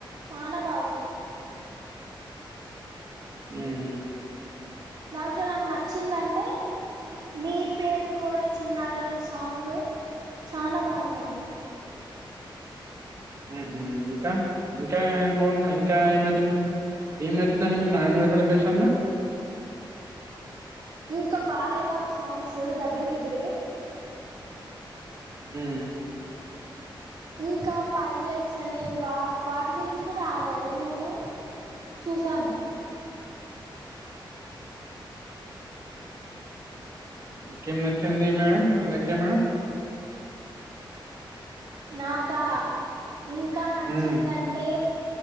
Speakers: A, on the right; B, on the right.
A: చానా బాగుంది.
B: ఉమ్
A: దాంట్లో నాకు నచ్చిందంటే మీ పేరు కోరే చిన్నారులం సాంగ్ చానా బాగుందండి.
B: ఊహు ఇంకా ఇంకా ఏం బాగుంది ఇంకా ఏం నచ్చినాయ్ ఏం నచ్చిందండి మీకు నానువల్ సెలబ్రేషన్ లా
A: ఇంకా బాలాయ్యబాబు సాంగ్స్ దబిడి దిబిడి
B: ఉమ్
A: ఇంకా పైలట్స్ అనే వా వాటి గురించి కూడా ఆడారు మేము చూసాము
B: ఇంకేమి నచ్చింది మేడమ్ అలేఖ్య మేడం
A: నాకా ఇంకా నచ్చిందంటే
B: మ్మ్.